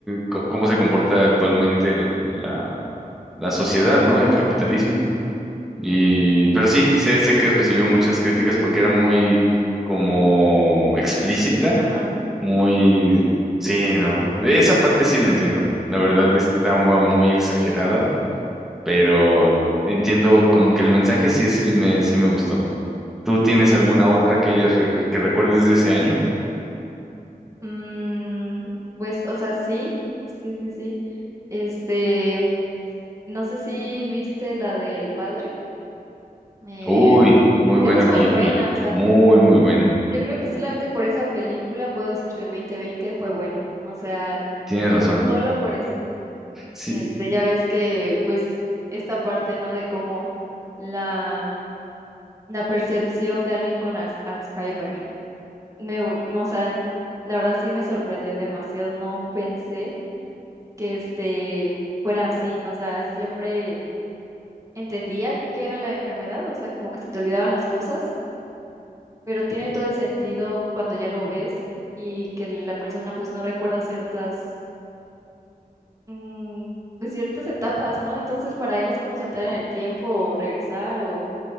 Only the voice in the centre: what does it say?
co- cómo se comporta actualmente el- la la sociedad, ¿no? El capitalismo. Y, pero sí, sé, sé que recibió muchas críticas porque era muy como explícita,
muy,
sí, no, esa parte sí la entiendo. La verdad estaba muy exagerada, pero entiendo como que el mensaje sí, sí me, sí me gustó. ¿Tú tienes
alguna otra que hayas re- que recuerdes de ese año?
Uy, muy buena
película,
muy, muy buena.
Tienes razón.
Sí,